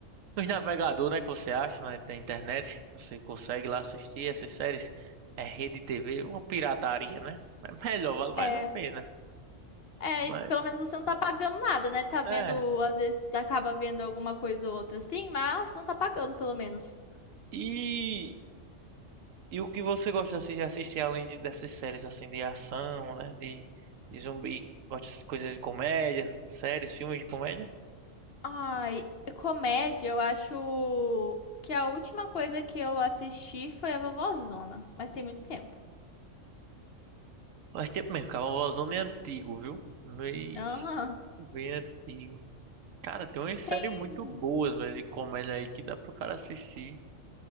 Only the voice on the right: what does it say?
Nos navegadores, né? Que você acha na, na internet. Você consegue lá assistir essas séries. É rede TV, uma pirataria, né? É melhor, vale mais
a pena.
Mas,
é.
E. E o que você gosta assim, de assistir além de, dessas séries assim de ação, né? De, de zumbi, gosta de coisas de comédia, séries, filmes de comédia?
Faz tempo mesmo, Cavalvozão é antigo, viu? Mas
bem antigo. Cara, tem umas
séries muito boas, velho, de comédia aí que dá pro cara assistir